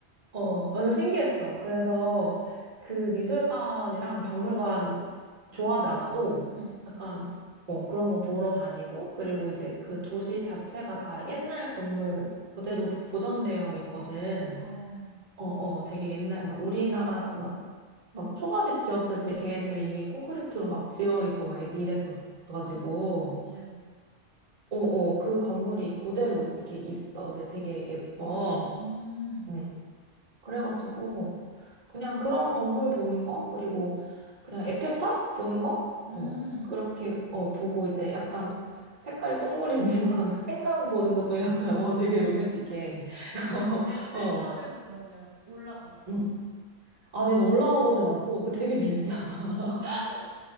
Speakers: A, on the right (about 35°); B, on the right (about 65°).
A: 어, 완전 신기했어. 그래서 그 미술관이랑 박물관 좋아하지 않아도
B: 응,
A: 약간 뭐 그런 거 보러 다니고 그리고 이제 그 도시 자체가 다 옛날 건물 그대로 보존되어 있거든.
B: 어,
A: 어, 어, 되게 옛날 막 우리나라 막 초가집 지었을 때 걔네들은 이미 콘크리트로 막 지어 있고 막 이- 이랬었어가지고
B: 어, 그치, 어.
A: 어어 그 건물이 그대로 이렇게 있어 근데 되게 예뻐
B: 음,
A: 응 그래가지고
B: 음,
A: 그냥 그런 건물 보는 거 그리고 그냥 에펠탑 보는 거어
B: 음.
A: 그렇게 어 보고 이제 약간 색깔이 똥물이지만 <laughs> 생강 보는 것도 약간 어 되게 로맨틱해 <laughs>
B: 에펠탑에도
A: 어
B: 그러면 올라가 봤어?
A: 응 아니 나 올라가 보진 않고 그 되게
B: 응.
A: 비싸 <laughs>
B: 아, 그래?